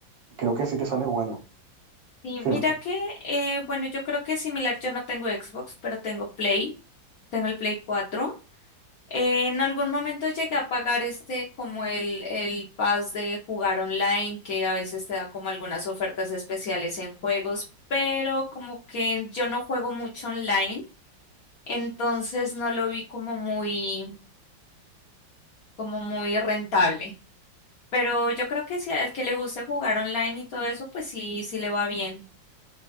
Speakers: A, on the right; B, on the left.
A: creo que sí te sale bueno,
B: Sí,
A: ¿cierto?
B: mira que, eh, bueno, yo creo que es similar, yo no tengo Xbox, pero tengo Play, tengo el Play 4. Eh, en algún momento llegué a pagar este como el, el pass de jugar online, que a veces te da como algunas ofertas especiales en juegos, pero como que yo no juego mucho online, entonces no lo vi como muy, como muy rentable. Pero yo creo que si al que le guste jugar online y todo eso, pues sí, sí le va bien.